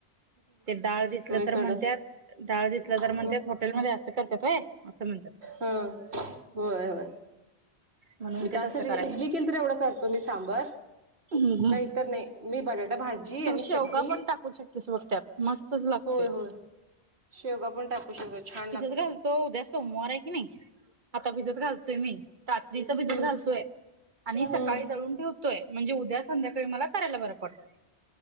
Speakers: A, on the right (about 50°); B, on the right (about 75°).
A: ते डाळ दिसलं
B: होय
A: तर
B: सोडा
A: म्हणत्यात डाळ दिसलं तर
B: हा
A: म्हणत्या त मध्ये करत्यात होय असं म्हणतात.
B: हा होय होय.
A: म्हणून
B: मी
A: ते
B: तरं
A: तसं करायचं
B: इडली केल तरच एवढं करते मी सांबर.
A: हम्म हम्
B: नाही तर नाही मी बटाटा भाजी आणि
A: तू शेवगा
B: चटणी
A: पण टाकू शकतेस ब त्यात मस्त असंच लागते.
B: होय होय शेवगा पण टाकू शेवगा छान लागत
A: घालतो उद्या सोमवार आहे की नाही आता भिजत घालतोय मी. इडलीचं भिजत
B: हम्म
A: घालतोय आणि
B: हम्म
A: सकाळी दळून ठेवतो. तोय म्हणजे उद्या संध्याकाळी मला करायला बरं पडतय.